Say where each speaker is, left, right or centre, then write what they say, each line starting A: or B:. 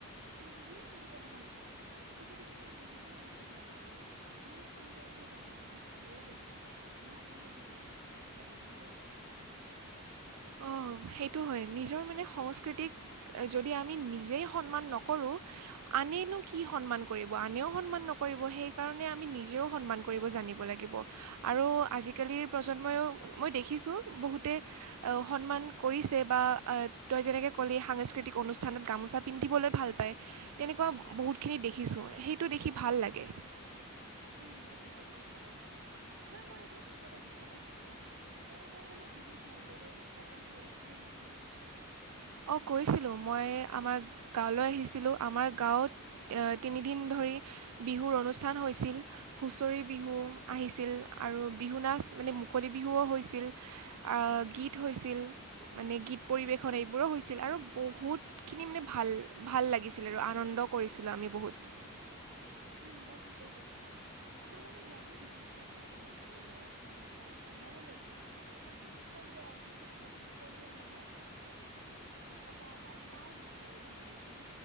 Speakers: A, on the right; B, on the right.
A: পিন্ধিও সিহঁতে ভাল পায়। এ এইটো দেখি মোৰ বহুতেই বেছি ভাল লাগে। ইমান সুন্দৰকৈ গামোচাখন আদৰি লৈছে। ইমান সুন্দৰকৈ গামোচাখন লয় ভালেই লাগে।
B: অ সেইটো হয়। নিজৰ মানে সংস্কৃতিক যদি আমি নিজেই সন্মান নকৰোঁ আনেনো কি সন্মান কৰিব, আনেও সন্মান নকৰিব। সেইকাৰণে আমি নিজেও সন্মান কৰিব জানিব লাগিব। আৰু আজি-কালিৰ প্ৰজন্মইও মই দেখিছোঁ বহুতে সন্মান কৰিছে বা তই যেনেকৈ ক'লি সাংস্কৃতিক অনুষ্ঠানত গামোচা পিন্ধিবলৈ ভাল পায়। তেনেকুৱা বহুতখিনি দেখিছোঁ। সেইটো দেখি ভাল লাগে।
A: উম, তই ঠিকেই কৈছ দে। বাও মই এতিয়া তোক এটা কিবা এটা সুধো। তই এইবাৰ মানে বিহু ভালদৰে উদ্‌যাপন কৰিছিলি নে?
B: অ কৰিছিলোঁ, মই আমাৰ গাঁৱলৈ আহিছিলোঁ। আমাৰ গাঁৱত এ তিনিদিন ধৰি বিহুৰ অনুষ্ঠান হৈছিল। হুঁচৰি বিহু আহিছিল আৰু বিহু নাচ মানে মুকলি বিহুও হৈছিল। আ গীত হৈছিল, মানে গীত পৰিৱেশন এই বোৰো হৈছিল আৰু বহুতখিনি মানে ভাল ভাল লাগিছিল আৰু আনন্দ কৰিছিলোঁ আমি বহুত।
A: উম তই ঠিকেই কৈছ। আমাৰ মানে ইয়াতো বিহু উদ্‌যাপন কৰিছিল। সৰু ল'ৰা-ছোৱালীৰ পৰা ডাঙৰলৈকে সকলোৱে আহিছিল। সকলোৱে মানে এটা এটা পাৰ্ট হৈছিল আৰু বিহুৰ সি।